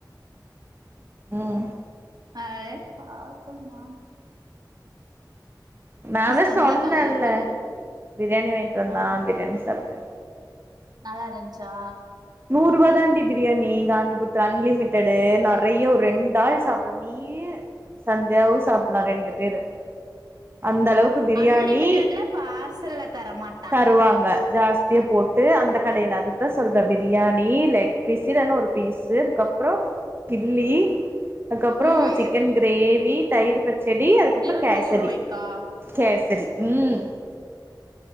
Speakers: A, on the right (about 30°); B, on the right (about 60°).
A: ம்
B: அதே சாப்டமா
A: நா தா
B: சந்தியா
A: சொன்னல்ல
B: காலைல தூ
A: பிரியாணி வாய்ன்ட்டு
B: ஆ
A: வந்தா பிரியாணி சாப்ட்ட
B: நல்லாருந்ச்சா
A: நூருவா தான்டி பிரியாணி காந்திபுரத்துல அன்லிமிடட்டு நெறைய ஒர் ரெண்டு ஆள் சாப்ட மி நீயி சந்தியாவு சாப்புலா ரெண்டு பேரு அந்த அளவுக்கு பிரியாணி
B: அன்லிமிட்டெட்ல பார்சல்ல தரமாட்
A: தருவாங்க ஜாஸ்தியா போட்டு அந்த கடையில அதுத்தா சொல்ற பிரியாணி லெக் பீஸு இல்லனா ஒரு பீஸு அதுக்கப் அப்றோ கில்லி அதுக்கப்றோ
B: ம்
A: சிக்கன் கிரேவி தயிர் பச் சடி அதுக்கப்றோ
B: இது
A: கேசரி
B: நூறு ரூவாய்க்கா
A: கேசரி ம்